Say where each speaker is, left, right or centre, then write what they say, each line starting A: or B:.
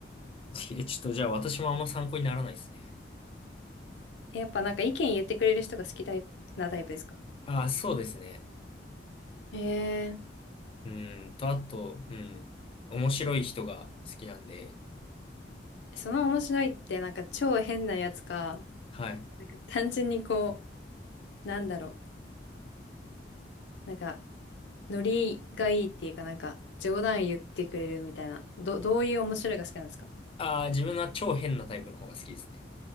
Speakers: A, on the left; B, on the left.
A: え、ちょっとじゃあ私もあんま参考にならないですね。
B: え、やっぱなんか意見言ってくれる人が好きタイプなタイプですか
A: あ、そうですね。
B: ええ
A: うーんと、あと、うん。面白い人が好きなんで、
B: ー、その面白いってなんか超変なやつか、
A: はい。
B: 単純にこう、なんだろう、なんか、ノリがいいっていうかなんか、冗談言ってくれるみたいな、ど、どういう面白いが好きなんですか
A: あー、自分は超変なタイプの方が好きですね。